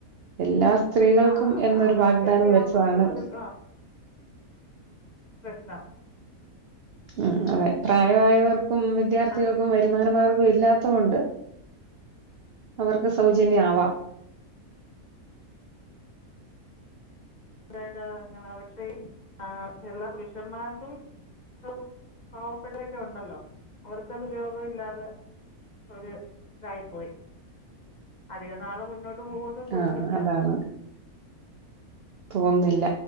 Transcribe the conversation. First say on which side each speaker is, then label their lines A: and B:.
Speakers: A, on the right; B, on the left.
A: എല്ലാ സ്ത്രീകൾക്കും
B: ആ അത്
A: എന്നൊരു
B: അവർക്കൊക്കെ
A: വാഗ്ദാനം വെച്ചതാണ്
B: ആകുമ്പോൾ കൂടുതൽ ആ പ്രശ്നം
A: ഉം അതെ പ്രായമായവർ ക്കും വിദ്യാർത്ഥികൾക്കും
B: അത്
A: വരുമാനമാർഗം ഇല്ലാത്തോണ്ട് അവർക്ക് സൗജന്യയാവാം
B: ഫ്രീ ആയിട്ടാ അങ്ങനെ പക്ഷേ ആ എല്ലാ പുരുഷന്മാർക്കും അവു പാവപ്പെട്ടരൊക്കെ ഉണ്ടല്ലോ അവർക്ക് അത് ഉപയോഗം ഇല്ലാതെ ഒരു തായി പോയി അധിക നാള് മുന്നോ ട്ട് പോവുന്നു തോന്നില്ല
A: ആഹ് അതാണ്. തോന്നുന്നില്ല